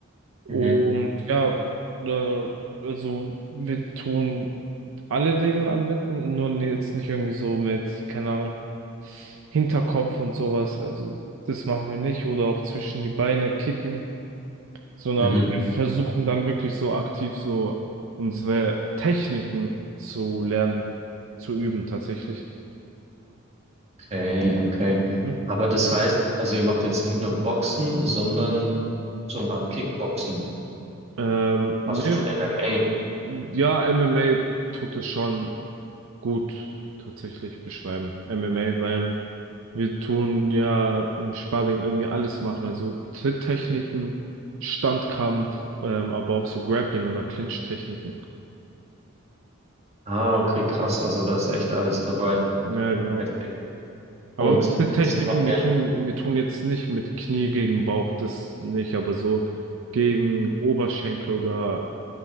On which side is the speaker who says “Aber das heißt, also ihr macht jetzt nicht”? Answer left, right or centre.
Right